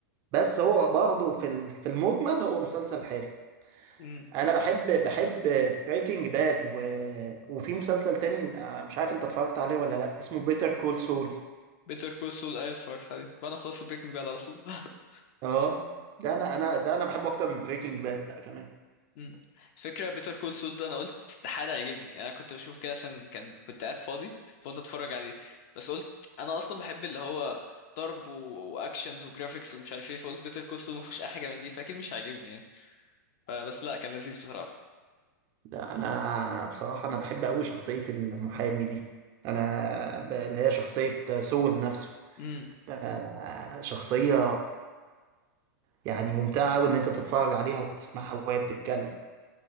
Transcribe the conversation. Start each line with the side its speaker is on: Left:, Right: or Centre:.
Right: بس هو برضه في ال- في المجمل هو مسلسل حلو
Left: امم
Right: انا بحب بحب بريكنج باد و... وفي مسلسل تاني آه، مش عارف انت اتفرجت عليه ولا لا اسمه بيتر كول سول
Left: بيتر كول سول أيوة اتفرجت عليه بعد ما خلصت بريكنج باد على طول <laughs>
Right: اه ده انا انا ده انا بحبه اكتر من بريكنج باد بقى كمان
Left: امم فكرة بيتر كول سول ده أنا قلت استحالة يعجبني يعني أنا كنت بشوف كده عشان كان كنت قاعد فاضي فقلت أتفرج عليه بس قلت أنا أصلا بحب اللي هو ضرب و- وأكشنز وجرافيكس ومش عارف إيه فقلت بيتر كول سول مفيهوش أي حاجة من دي فأكيد مش هيعجبني يعني فبس لأ كان لذيذ بصراحة
Right: لا انا بصراحه انا بحب قوي شخصيه المحامي دي انا ب- اللي هي شخصيه سول نفسه
Left: امم
Right: ب- شخصيه يعني ممتعه قوي ان انت تتفرج عليها وتسمعها وهي بتتكلم